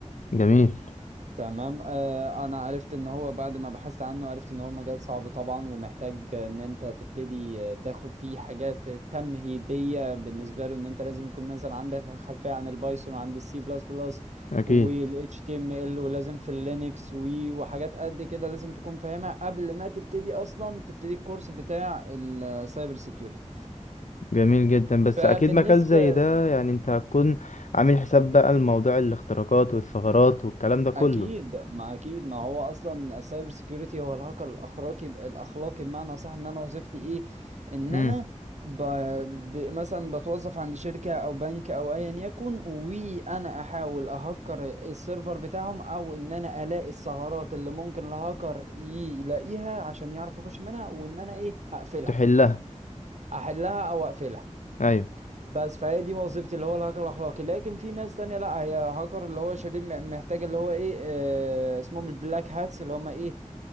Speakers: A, on the left; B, on the right.
A: جميل
B: تمام آه انا عرفت ان هو بعد ما بحثت عنه عرفت ان هو مجال صعب طبعا ومحتاج ان انت تبتدي آه، تاخد فيه حاجات تمهيدية بالنسبة له ان انت لازم يكون مثلا عندك خلفية عن البايثون وعن السي بلس بلس
A: اكيد
B: وال HTML ولازم في اللينكس وي وحاجات قد كده لازم تكون فاهمها قبل ما تبتدي اصلا تبتدي الكورس بتاع السايبر سيكيورتي
A: جميل جدا بس
B: فبالنسبة
A: اكيد مجال زي ده يعني انت هتكون عامل حساب بقى الموضوع الاختراقات والثغرات والكلام ده كله
B: اكيد ما اكيد ما هو اصلا السايبر سيكيورتي هو الهاكر الاخلاقي الاخلاقي بمعنى صح ان انا وظيفتي ايه ان
A: امم
B: انا ب... ب... مثلا بتوظف عند شركة او بنك او ايا يكن وانا احاول اهكر السيرفر بتاعهم او ان انا الاقي الثغرات اللي ممكن الهاكر يلاقيها عشان يعرف يخش منها وان انا ايه اقفلها
A: تحلها
B: احلها او اقفلها
A: ايوه
B: بس فهي دي وظيفتي اللي هو الهاكر الاخلاقي لكن في ناس تانية لا هي هاكر اللي هو شرير م- محتاج اللي هو ايه آه اسمهم البلاك هاتس اللي هم ايه